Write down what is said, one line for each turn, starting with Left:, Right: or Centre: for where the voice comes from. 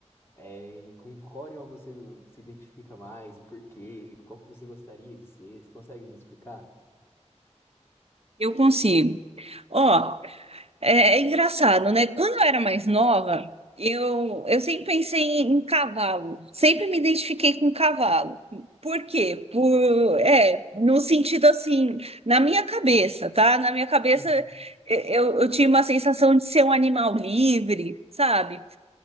Left: É, com qual animal você se identifica mais, e por quê? Qual que você gostaria de ser? Você consegue me explicar?
Right: Eu consigo. Ó, é, é engraçado, né? Quando eu era mais nova, eu, eu sempre pensei em, em cavalo, sempre me identifiquei com cavalo. Por quê? Por, é, no sentido assim, na minha cabeça, tá? Na minha cabeça,
Left: Hum.
Right: eu, eu tinha uma sensação de ser um animal livre, sabe?